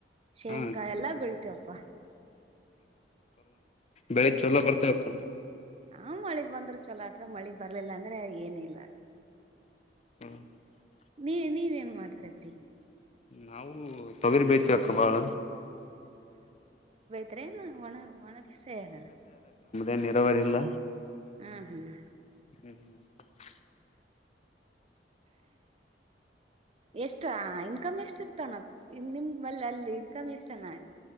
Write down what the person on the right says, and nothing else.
ಶೇಂಗಾ
ಎಲ್ಲಾ ಬೆಳಿತೇವಪ್ಪ.
ಆ ಮಳಿ ಬಂದ್ರೆ ಚೊಲೋ ಆತ್ತದ್ ಮಳೆ ಬರಲಿಲ್ಲ ಅಂದ್ರೆ ಏನಿಲ್ಲ.
ನೀ ನೀವ್ ಏನ್ ಮಾಡ್ತಿರಪ್ಪಿ.
ತ್ರೆನ ಒಣವ್. ಒಣಗ್ಸೆಯಿಲ್ಲ.
ಹ್ಮ್ ಹ್ಮ್
ಎಷ್ಟ ಇನ್ಕಮ್ ಎಷ್ಟ ಇರ್ತಾನ ನಿಮ್ ಲ್ಲಿ ಅಲ್ಲಿ ಇನ್ಕಮ್ ಇಷ್ಟನ